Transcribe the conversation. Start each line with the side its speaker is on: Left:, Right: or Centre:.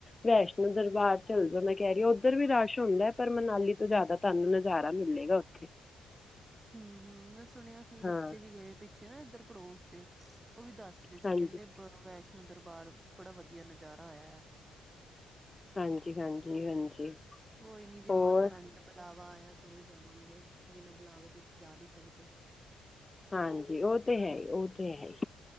Left: ਵੈਸ਼ਨੂੰ ਦਰਬਾਰ ਚੱਲ ਜੋ ਮੈਂ ਕਹਿ ਰਹੀ ਹਾਂ ਉੱਧਰ ਵੀ ਰਸ਼ ਹੁੰਦਾ ਹੈ ਪਰ ਮਨਾਲੀ ਤੋਂ ਜ਼ਿਆਦਾ ਤੁਹਾਨੂੰ ਨਜ਼ਾਰਾ ਮਿਲੇਗਾ ਉੱਥੇ।
Right: ਹਮ-ਹਮ ਮੈਂ ਸੁਣਿਆ ਸੀ
Left: ਹਾਂ
Right: ਬੱਚੇ ਵੀ ਗਏ ਪਿੱਛੇ ਨਾ ਇੱਧਰ ਪੜੋਸ ਦੇ, ਉਹ ਵੀ ਦੱਸ ਚੇ
Left: ਹਾਂਜੀ
Right: ਕਹਿੰਦੇ ਵੈਸ਼ਨੋ ਦਰਬਾਰ ਬੜਾ ਵਧੀਆ ਨਜ਼ਾਰਾ ਆਇਆ ਹੈ।
Left: ਹਾਂਜੀ ਹਾਂਜੀ ਹਾਂਜੀ।
Right: ਕੋਈ ਨੀ ਜੇ
Left: ਹੋਰ
Right: ਮਾਤਾ ਰਾਣੀ ਦਾ ਬੁਲਾਵਾ ਆਇਆ ਤਾਂ ਹੀ ਜਾਵਾਂਗੇ, ਬਿਨਾਂ ਬੁਲਾਵੇ ਦੇ ਤੇ ਜਾ ਨਹੀਂ ਸਕਦੇ।
Left: ਹਾਂਜੀ ਉਹ 'ਤੇ ਹੈ ਹੀ ਉਹ 'ਤੇ ਹੈ ਹੀ।